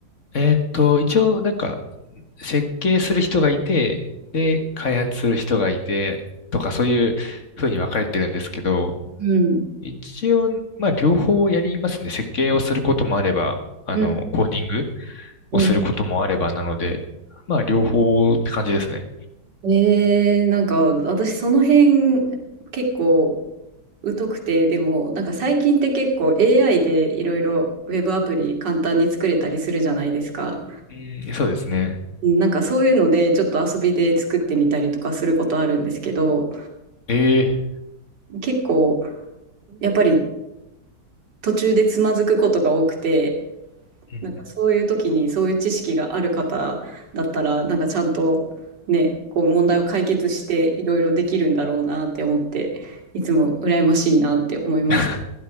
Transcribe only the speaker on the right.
うん。
うん、
う
ん。えー、なんか私その辺結構疎くて、でもなんか最近って結構 AI でいろいろウェブアプリ簡単に作れたりするじゃないですか。
うんなんかそういうのでちょっと遊びで作ってみたりとかすることあるんですけど、
結構やっぱり途中でつまずくことが多くて、
なんかそういう時にそういう知識がある方だったら、なんかちゃんとね、こう問題を解決していろいろできるんだろうなって思って、いつも羨ましいなって思います。